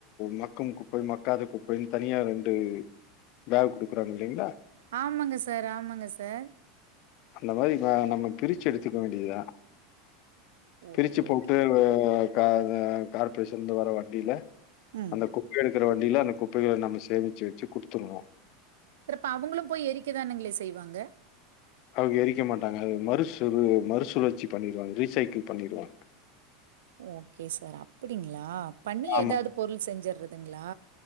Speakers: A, on the left; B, on the right.
A: மக்கம் குப்பை மக்காத குப் பைனு தனியா ரெண்டு ஃபேக் குடுக்குறாங்க இல்லைங்களா
B: ஆமாங்க சார் ஆமாங்க சார்
A: அந்த மாரி ந நம்ம பிரிச்சு எடுத்துக்க வேண்டியதுதா
B: ஓகே
A: பிரிச்சு போட்டு
B: ஓகே
A: வ க அத கார்ப்பரேஷந்து வர வண்டில
B: ம்
A: அந்த குப் குப்பை எடுக்குற வண்டில அந்த குப்பைகள நம்ம சேமிச்சு வச்சு குடுத்துர்ணு
B: துறப்ப அவுங்களு போய் எரிக்கதானுங்களே செய்வாங்க
A: அவுங்க எரிக்க மாட்டாங்க அது மறுசு மறுசுழற்சி பண்ணிருவாங்க ரீசைக்கிள் பண்ணிருவாங்க
B: ஓகே சார் அப்புடிங்களா பண்ணி
A: ஆமா
B: எதாவது பொருள் செஞ்சர்றதுங்களா